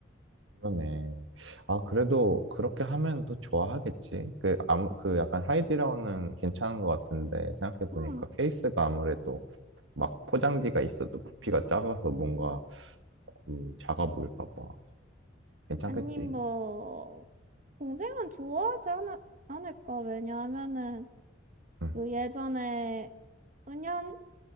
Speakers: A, on the right (about 75°); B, on the right (about 40°).
A: 그러네. 아, 그래도 그렇게 하면 또 좋아하겠지. 그, 아무, 그 약간 하이디라운은 괜찮은 것 같은데 생각해보니까
B: 응,
A: 케이스가 아무래도 막 포장지가 있어도 부피가 작아서 뭔가 그 자가 보일까 봐. 괜찮겠지?
B: 아니, 뭐, 동생은 좋아하지 않, 않을까? 왜냐하면은,
A: 응,
B: 그 예전에 은연,